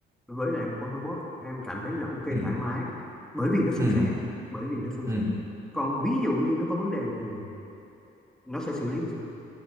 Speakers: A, in the centre; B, on the right (about 15°).
A: với lại một con robot em cảm thấy là ok
B: ừ
A: thoải mái bởi vì nó suôn
B: ừ
A: sẻ bởi vì nó suôn
B: ừ.
A: sẻ còn ví dụ như nó có vấn đề thì nó sẽ xử lý như sao